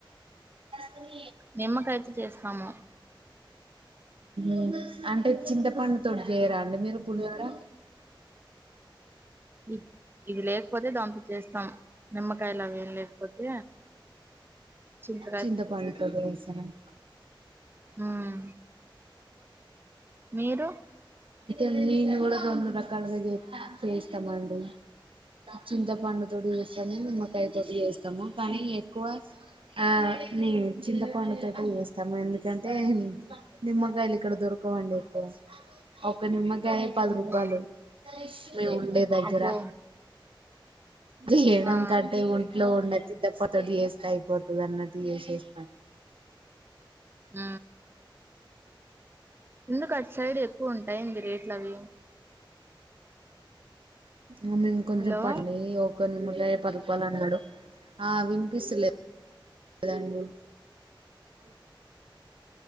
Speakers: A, on the right (about 85°); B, on the right (about 25°).
A: అ
B: నిమ్మకాయతో చేస్తాము
A: ఓహ చింత పండుతోటి చేయరా అండి మీరు పులిహోర
B: ఇ ఇది లేకపోతే దాంతో చేస్తాం నిమ్మకాయలు అవేమి లేకపోతే చింతకాయతో
A: చింతపడుతో
B: చేస్తాం
A: చేస్తానండి
B: ఉమ్ మీరు
A: ల్ నేను కూడా రెండు రకాలుగా చేస్తామండి చింతపండు తోటి చేస్తమే నిమ్మకాయ తోడి చేస్త ము పని ఎక్కువ ఆ నే చింతపండుతో చేస్తా మ ఎందుకంటే నిమ్మకాయలు ఇక్కడ దొరకవండి ఎక్కవ ఒక నిమ్మ పది
B: అబ్బో
A: రూపాయలు మేము ఉండే దగ్గర
B: అబ్బో
A: చేయడం
B: ఆ
A: కట్టే ఒంట్లో ఉండదు చిత్తప్పత టీ వేస్తా అయిపోతుంది అన్నట్టు చేసేస్తా
B: ఆ ఎందుకు అట్ సైడ్ ఎక్కువ ఉంటాయింది రేట్లు అవి
A: ఆ మేము కొంచెం
B: హలో
A: పండి ఒక నిమ్మకాయ పది రూపాలు అన్నాడు ఆ వినిపిస్తలేదు హలో